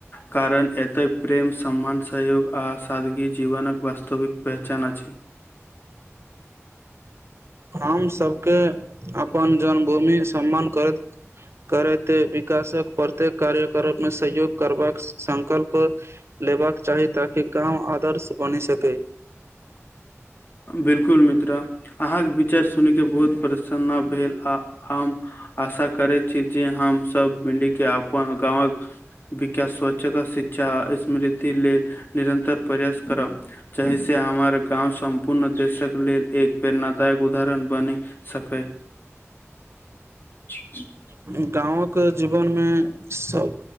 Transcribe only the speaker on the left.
कारण एतय प्रेम प्रेम सम्मान सहयोग आ सादगी जीवनक वास्तविक पहचान अछि।
बिलकुल मित्र अहाँ के विचार सुन के बहुत परसन्न भेल आ हम आशा करै छी जे हमसभ मिलि कऽ अपन गाँव कऽ विकास स्वच्छता शिक्षा आ समृद्धि लेल निरंन्तर प्रयास करब, चहि से हमर गाँव सम पुनः देशक लेल एक प्रेरणादायक उदाहरण बनि सकय। <inaudible>